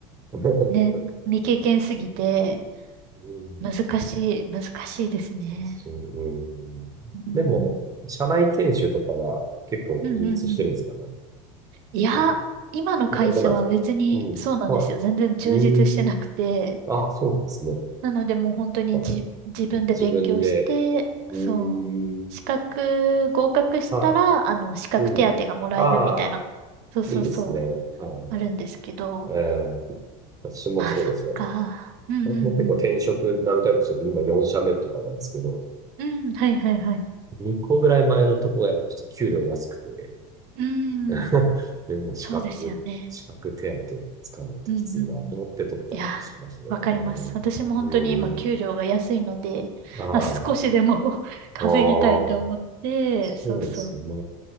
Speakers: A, on the right; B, on the right.
A: い。<laughs>
B: ね、未経験すぎて、
A: うん。
B: 難しい、難しいですね。
A: 久しぶり。うん。
B: うん。
A: でも、社内研修とかは結構充実してるんですかね。
B: うんうんうん。いや、
A: でも、
B: 今の会社は別にそうなんですよ。
A: そうでもないですか。うん。は
B: 全然充実してなくて。
A: い。うん。ああ、そうなんですね。
B: なのでもう本当にじ、
A: あ
B: 自分で勉強して、
A: 自分で。うー
B: そう、資格合格したら、
A: ん。はい。
B: あの、資格手当がもらえるみたいな、
A: うん。ああ、
B: そうそうそう、
A: いいですね。はいはいはい。
B: あるんですけど。
A: えー私もそうですよ。
B: まあ、そっか。うんうん
A: 私も結構転職何回もしてて、今4社目とかなんですけど、
B: うん。うん、はいはいはい。
A: 2個ぐらい前のとこがやっぱちょっと給料安くて、
B: うー
A: <laughs>
B: ん。
A: でも資格、
B: そうですよね。
A: 資格手当つかないときついなと思って取ったりしましたけど、
B: うんうんうん。いや、わかります。
A: うん。
B: 私も本当に今、
A: うん。
B: 給料が安いので、
A: ああ、
B: あ、少しでも
A: あ
B: <laughs> 稼ぎたいと思って、
A: あ、
B: そうそう、
A: そうですね。